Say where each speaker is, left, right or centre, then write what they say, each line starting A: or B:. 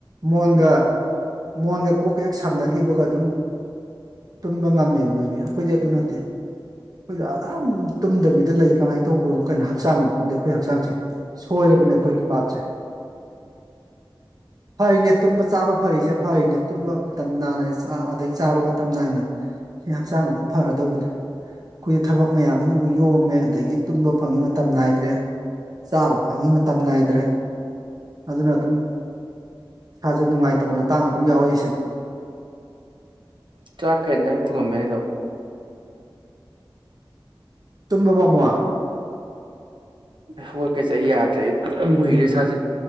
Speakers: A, on the right; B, on the right.
A: ꯃꯣꯟꯒ ꯃꯣꯟꯒ ꯀꯣꯛꯀ ꯍꯦꯛ ꯁꯝꯅꯈꯤꯕꯒ ꯑꯗꯨꯝ ꯇꯨꯝꯕ ꯉꯝꯃꯦꯕ ꯅꯣꯏꯗꯤ ꯑꯩꯈꯣꯏꯗꯤ ꯑꯗꯨ ꯅꯠꯇꯦ ꯑꯩꯈꯣꯏꯗ ꯑꯗꯨꯝ ꯇꯨꯝꯗꯕꯤꯗ ꯂꯩ ꯀꯃꯥꯏꯅ ꯇꯧꯕꯅꯣ ꯀꯩꯅꯣ ꯍꯛꯆꯥꯡꯅꯣ ꯈꯪꯗꯦ ꯑꯩꯈꯣꯏ ꯍꯛꯆꯥꯡꯁꯦ ꯁꯣꯏꯔꯕꯅꯦ ꯑꯩꯈꯣꯏꯒꯤ ꯄꯥꯠꯁꯦ ꯐꯔꯤꯅꯦ ꯇꯨꯝꯕ ꯆꯥꯕ ꯐꯔꯤꯁꯦ ꯐꯔꯤꯅꯦ ꯇꯨꯝꯕ ꯃꯇꯝ ꯅꯥꯏ ꯑꯗꯒꯤ ꯆꯥꯕ ꯃꯇꯝ ꯅꯥꯏꯅ ꯁꯤ ꯍꯛꯆꯥꯡ ꯑꯗꯨꯝ ꯐꯔꯗꯧꯕꯅꯤ ꯑꯩꯈꯣꯏꯒꯤ ꯊꯕꯛ ꯃꯌꯥꯝꯁꯤꯅ ꯑꯃꯨꯛ ꯌꯣꯝꯃꯦ ꯑꯗꯒꯤ ꯇꯨꯝꯕ ꯐꯪꯉꯤ ꯃꯇꯝ ꯅꯥꯏꯗ꯭ꯔꯦ ꯆꯥꯕ ꯐꯪꯉꯤ ꯃꯇꯝ ꯅꯥꯏꯗ꯭ꯔꯦ ꯑꯗꯨꯅ ꯑꯗꯨꯝ ꯏꯁꯥꯁꯦ ꯅꯨꯡꯉꯥꯏꯇꯕ ꯃꯇꯥꯡ ꯑꯗꯨꯝ ꯌꯥꯎꯔꯛꯏꯁꯤꯅꯤ
B: ꯆꯥꯛ ꯀꯦꯪ ꯊꯉ ꯃꯩꯅꯣ
A: ꯇꯨꯝꯃꯕꯃ
B: ꯍꯣꯏ ꯀꯩꯁꯦ ꯑꯩ ꯌꯥꯗ꯭ꯔꯦ ꯃꯨꯏꯔꯦ ꯁꯥꯁꯦ